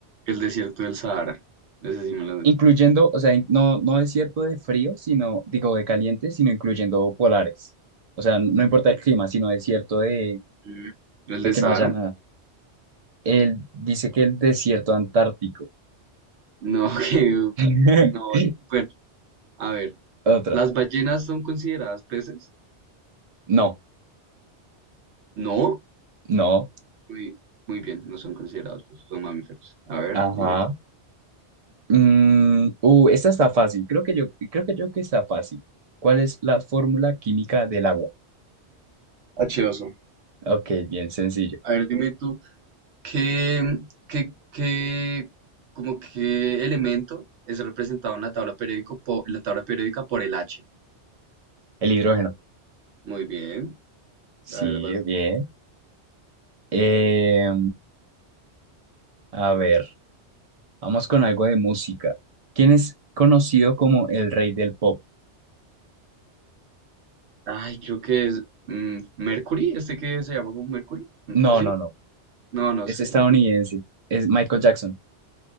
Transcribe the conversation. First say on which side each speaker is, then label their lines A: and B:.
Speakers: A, on the right; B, on the right.
A: El desierto del Sahara. Ese sí me lo
B: Incluyendo,
A: sé.
B: o sea, in- no, no desierto de frío, sino, digo, de caliente, sino incluyendo polares. O sea, no importa el clima, sino desierto de,
A: Mm. ¿El
B: de
A: de
B: que
A: Sahara?
B: no haya nada. Él dice que el desierto antártico.
A: No, <laughs> que...
B: <laughs>
A: No. Bueno, a ver.
B: Otra.
A: ¿Las ballenas son consideradas peces?
B: No,
A: No.
B: no.
A: Muy, muy bien, no son considerados peces, son mamíferos. A ver,
B: Ajá.
A: dime tú.
B: Mm, uh, esta está fácil. Creo que yo, creo que yo que está fácil. ¿Cuál es la fórmula química del agua?
A: H2O.
B: Ok, bien sencillo.
A: A ver, dime tú, ¿qué, qué, qué, como qué elemento es representado en la tabla periódico po- en la tabla periódica por el H?
B: El hidrógeno.
A: Muy bien.
B: sí
A: A ver,
B: bien. Eh, a ver, vamos con algo de música. ¿Quién es conocido como el rey del pop?
A: Ay, creo que es mm, Mercury, este que se llama como Mercury, Mm,
B: No,
A: ¿sí?
B: no, no.
A: No, no
B: Es
A: sé,
B: estadounidense.
A: no tengo
B: Es Michael Jackson.